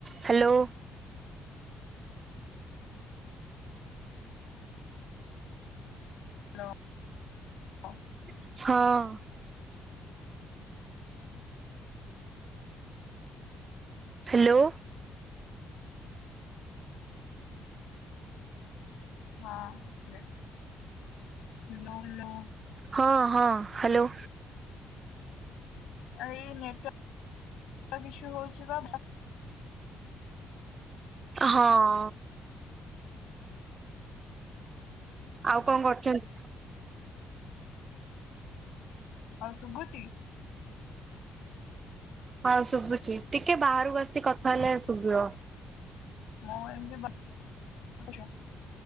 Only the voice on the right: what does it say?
Hello.
ହଁ। Hello.
ହଁ ହଁ ହ୍ୟାଲୋ।
ହଁ। ଆଉ କଣ କରୁଛନ୍ତି?
ହଁ ଶୁଭୁଛି ଟିକେ ବାହାରକୁ ଆସି କଥା ହେଲେ ଶୁଭିବ।